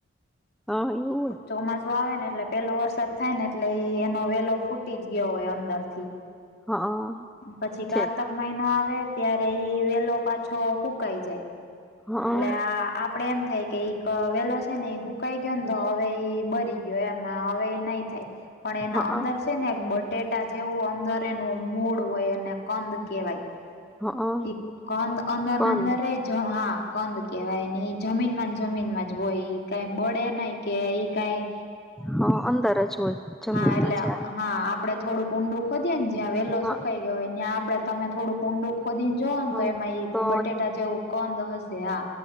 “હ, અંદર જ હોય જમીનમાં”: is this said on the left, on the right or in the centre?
Centre